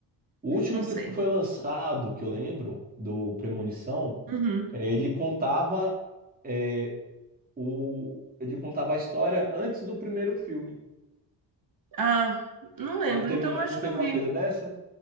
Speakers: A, on the right (about 20°); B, on the right (about 50°).
A: o último
B: Não sei.
A: que foi lançado, que eu lembro, do Premonição,
B: Uhum.
A: é, ele contava é, o, ele contava a história antes do primeiro filme.
B: Ah, não lembro.
A: Não teve,
B: Então
A: um,
B: acho
A: não teve
B: que eu
A: uma
B: vi
A: coisa dessa?